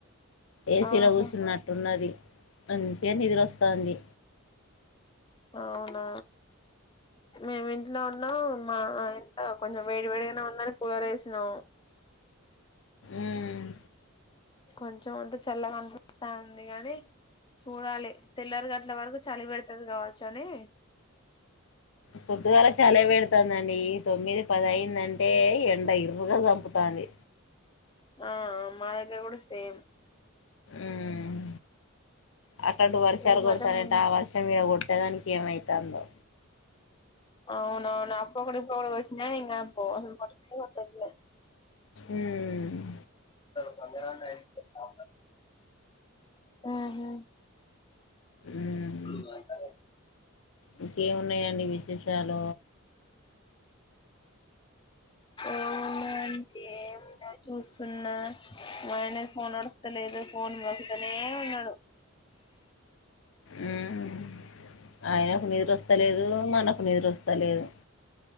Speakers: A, on the left; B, on the left.
A: ఏసీలో
B: ఆహా
A: కూసున్నట్టున్నది. మంచిగ నిదురొస్తాంది.
B: అవునా మేమ్ ఇంట్లో ఉన్నం, మా ఇంట్లో కొంచెం వేడి వేడిగానే ఉన్నది కూలర్ ఏసినం.
A: ఉమ్
B: కొంచెం అంత చల్లగా అనిపిస్తాంది గాని, చూడాలి తెల్లారిగట్ల వరకు చలి పెడతది గావచ్చు అనీ.
A: పొద్దుగాల చలే పెడుతాందండి ఈ తొమ్మిది పదైంద్ అంటే, ఇగ ఎండ ఇర్రుగా చంపుతాంది.
B: ఆ మా దగ్గర కూడ సేమ్
A: ఉమ్ అట్లాటు వర్షాలు
B: రేపయితే
A: కొడతానయ్
B: ము
A: అంటా, ఆ వర్షం ఈడ కొట్టేదానికి ఏమైతాందో.
B: అవునవును అప్పుడు ఒకటి ఇప్పుడు ఒకటి కొట్టినా ఏం కాక పోవు <unintelligible>
A: ఉమ్
B: ఆహ <unintelligible>
A: ఉమ్, ఇంకేమున్నాయండి విశేషాలూ.
B: ఏమున్నాయండి ఏం లేదు చూస్తున్నా, మా ఆయనది ఫోన్ నడుస్తలేదు ఫోన్ నొక్కుతనే ఉన్నడు.
A: ఉమ్ ఆయనకు నిదుర ఒస్తలేదూ, మనకు నిదుర ఒస్త లేదు.